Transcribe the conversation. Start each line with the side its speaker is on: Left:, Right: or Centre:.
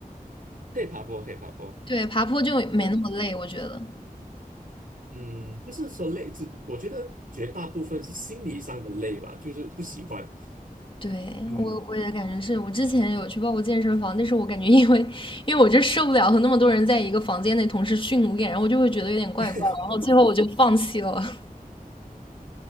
Right: 可以爬坡，可以爬坡，
Left: 对，爬坡就没那么累，
Right: 但
Left: 我觉得。
Right: 嗯，就是说累，是我觉得绝大部分是心理上的累吧，就是不喜欢。
Left: 对，
Right: 嗯，
Left: 我我也感觉是我之前有去报过健身房，但是我感觉因为因为我就受不了和那么多人在一个房间内同时训练，然后我就会觉得有点怪怪，
Right: <laughs>
Left: 然后最后我就放弃了。<laughs>